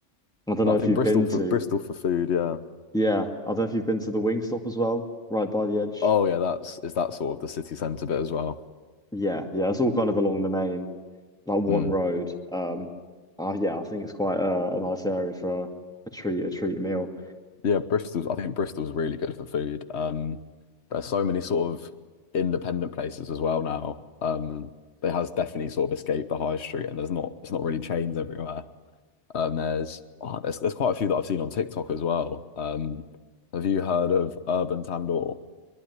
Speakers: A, in the centre; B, on the left.
A: I don't
B: No,
A: know
B: I
A: if
B: think
A: you've
B: Bristol
A: been
B: for
A: to,
B: Bristol for food, yeah.
A: yeah, I don't know if you've been to the Wingstop as well, right by the edge.
B: Oh yeah, that's is that sort of the city centre bit as well.
A: Yeah, yeah, it's all kind of along the main, like one
B: Mm.
A: road. Um, uh, yeah, I think it's quite a, a nice area for a, a treat, a treat meal.
B: Yeah, Bristol's I think Bristol's really good for food. Um there's so many sort of independent places as well now. Um it has definitely sort of escaped the high street and there's not it's not really chains everywhere. Um there's oh, there's there's quite a few that I've seen on TikTok as well. Um have you heard of Urban Tandoor?